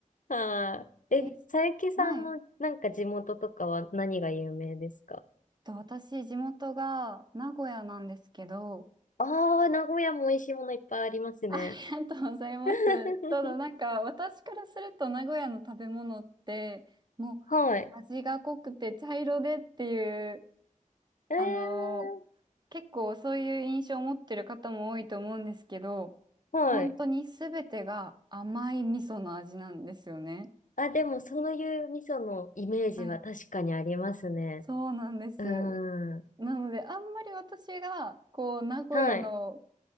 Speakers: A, on the left; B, on the right.
A: はい。え、
B: え、
A: 佐伯さんのなんか地元とかは何が有名ですか
B: はい。えっと私、地元が名古屋なんですけど、
A: ああ、名古屋も美味しいものいっぱいありますね。
B: ありがとうございます。
A: <laughs>
B: ただなんか私からすると名古屋の食べ物ってもう
A: はい。
B: 味が濃くて茶色でっていう
A: えー、
B: あのー結構そういう印象を持ってる方も多いと思うんですけど
A: はい。
B: 本当に全てが甘い味噌の味なんですよね。
A: あ、でも、そういう味噌のイメージは確かにありますね。
B: はい。そうなんです。
A: うーん。
B: なので、あんまり私が、こう、名古屋の
A: はい。